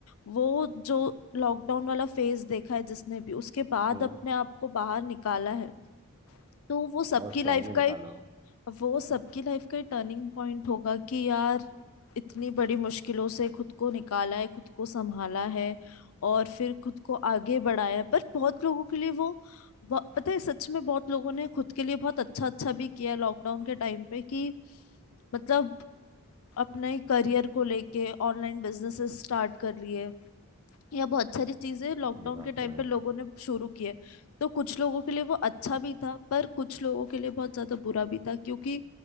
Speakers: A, on the left (about 70°); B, on the right (about 20°).
A: वो जो लॉकडाउन वाला फेज देखा है जिसने भी उसके बाद
B: हम्म
A: अपने आप को बाहर निकाला है तो वो सबकी
B: और स्ट्रांगली
A: लाइफ
B: निकाला
A: का
B: हूँ,
A: वो सबकी लाइफ का टर्निंग पॉइंट होगा कि यार इतनी बड़ी मुश्किलों से खुद को निकाला है खुद को संभाला है और फिर खुद को आगे बढ़ाया है। पर बहुत लोगों के लिए वो ब- पता है सच में बहुत लोगों ने खुद के लिए बहुत अच्छा अच्छा भी किया लॉकडाउन के टाइम पे कि मतलब अपने करियर को लेके ऑनलाइन बिजनेसेस स्टार्ट कर लिए या बहुत सारी चीजें लॉकडाउन
B: ये बात
A: के टाइम
B: तो है
A: पे लोगों ने शुरू किए तो कुछ लोगों के लिए वो अच्छा भी था पर कुछ लोगों के लिए बहुत ज्यादा बुरा भी था क्योंकि